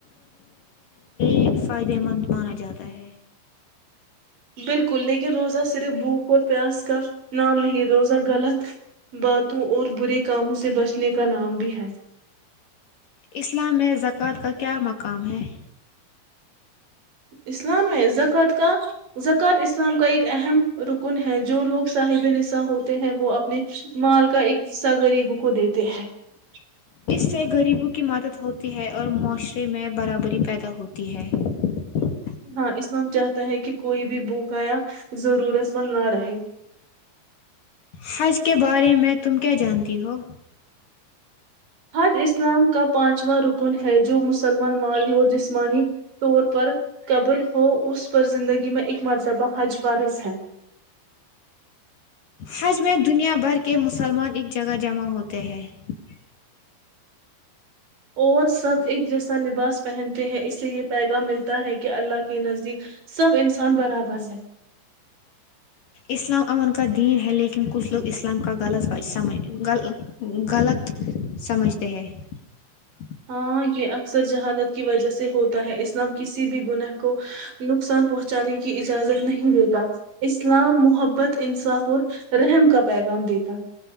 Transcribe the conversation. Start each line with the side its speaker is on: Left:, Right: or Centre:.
Left: ایک فائدے مند مانا جاتا ہے <unintelligible>
Right: بالکل لیکن روزہ صرف بھوک اور پیاس کا نام نہیں روزہ غلط باتوں اور برے کاموں سے بچنے کا نام بھی ہے <unintelligible>
Left: اسلام میں زکوۃ کا کیا مقام ہے <unintelligible>
Right: اسلام میں زکوۃ کا زکوۃ اسلام کا ایک اہم رکن ہے جو لوگ صاحب نصاں ہوتے ہیں وہ اپنے <unintelligible> مال کا ایک حصہ غریبوں کو دیتے ہیں <unintelligible>
Left: چاہے غریبوں کی مدد ہوتی ہے اور معاشرے میں برابری پیدا ہوتی ہے <unintelligible>
Right: ہاں اسلام چاہتا ہے کہ کوئی بھی بوک یا ضرورت مند نہ رہے <unintelligible>
Left: حج کے بارے میں تم کیا جانتی ہو <unintelligible>
Right: حد اسلام کا پانچو <unintelligible> رکن ہے جو مسلمان مالی اور جسمانی طور پر قبل ہو اس پر زندگی میں ایک مرتبہ حج پرارز ہے <unintelligible>
Left: حج میں دنیا بھر کے مسلمان ایک جگہ جمع ہوتے ہیں <unintelligible>
Right: اور سب ایک جیسا لباس پہنتے ہیں اس سے یہ پیغام ملتا ہے کہ اللہ کے نزدیک سب انسان برابر ہیں
Left: اسلام امن کا دین ہے لیکن کچھ لوگ اسلام کا غلط سمج غلط سمجھتے ہیں <unintelligible>
Right: ہاں یہ اکثر جہانت کی وجہ سے ہوتا ہے اسلام کسی بھی گناہ کو نقصان پہنچانے کی اجازت نہیں دیتا اسلام محبت انصاف اور رحم کا <unintelligible> دیتا